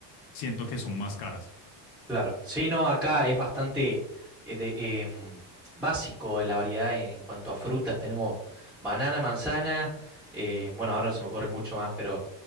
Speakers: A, on the left; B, in the centre.
A: siento que son más caras.
B: Claro. Sí, no, acá es bastante eh, de- em, básico la variedad en cuanto a frutas. Tenemos banana, manzana, eh, bueno, ahora no se me ocurre mucho más, pero